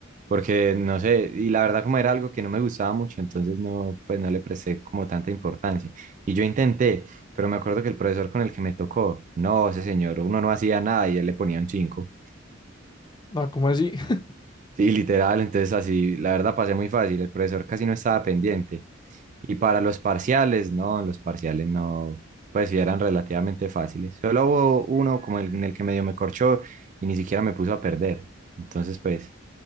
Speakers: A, on the right; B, on the left.
A: Porque no sé, y la verdad como era algo que no me gustaba mucho, entonces no, pues no le presté como tanta importancia. Y yo intenté, pero me acuerdo que el profesor con el que me tocó, no, ese señor, uno no hacía nada y él le ponía un cinco
B: Ah, ¿cómo así? <laughs>
A: Sí, literal, entonces así, la verdad pasé muy fácil, el profesor casi no estaba pendiente. Y para los parciales, no, los parciales no, pues sí eran relativamente fáciles. Solo hubo uno como el, en el que medio me corchó y ni siquiera me puso a perder. Entonces, pues,